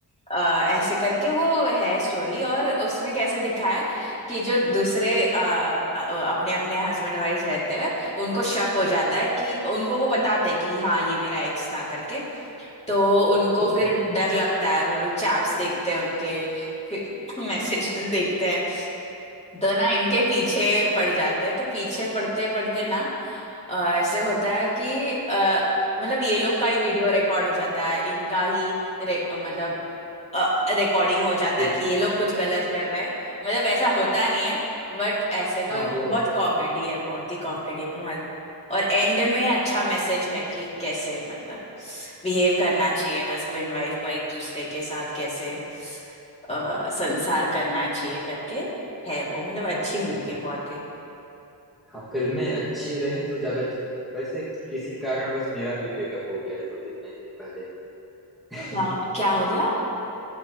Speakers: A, on the left; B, in the centre.
A: ऐसे करके वो है स्टोरी और उसमें कैसे दिखाया है कि जो दूसरे अपने अपने हस्बैंड वाइफ रहते हैं उनको शक हो जाता है कि उनको वो बताते हैं कि हाँ ये मेरा एक्स था करके तो उनको
B: ओ
A: फिर
B: <laughs>
A: डर लगता है वो चैट्स देखते हैं उनके फिर <laughs> मैसेजेस देखते हैं तो ना इनके पीछे पड़ जाते हैं तो पीछे पड़ते पड़ते ना अ, ऐसे होता है कि अ, मतलब ये लोग का ही वीडियो रिकॉर्ड हो जाता है इनका ही रे- मतलब रिकॉर्डिंग हो जाता
B: जी
A: है
B: जी
A: कि ये लोग कुछ गलत कर रहे हैं मतलब वैसा होता नहीं है बट ऐसे
B: हाँ
A: तो
B: वो
A: बहुत कॉमेडी है बहुत ही कॉमेडी है तो मज- और एंड में अच्छा मैसेज है कि कैसे मतलब बिहेव करना चाहिए हस्बैंड वाइफ को एक दूसरे के साथ कैसे अ, संसार करना चाहिए करके है वो मतलब अच्छी मूवी
B: जी जी
A: है बहुत ही
B: हाँ फिल्में अच्छी रहें तो ज्यादा अच्छ- वैसे किसी कारणवश मेरा भी ब्रेकअप हो गया है दो तीन महीने पहले <laughs>
A: क्या क्या हो गया